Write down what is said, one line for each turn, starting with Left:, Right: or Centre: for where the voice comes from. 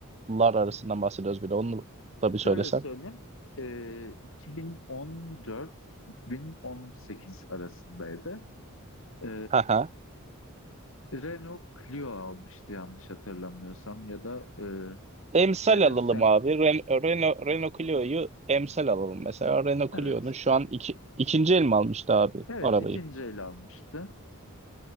Right: yıllar arasından bahsediyoruz bir de onu da bir söylesen.
Left: Şöyle söyleyeyim. E, 2014-2018 arasındaydı. E,
Right: Haha.
Left: Renault Clio almıştı yanlış hatırlamıyorsam ya da e,
Right: Emsal
Left: Renault
Right: alalım
Left: Sem
Right: abi. Ren Renault, Renault Clio'yu emsal alalım. Mesela Renault
Left: evet
Right: Clio'nun şu an iki, ikinci el mi almıştı abi
Left: evet
Right: arabayı?
Left: ikinci el almıştı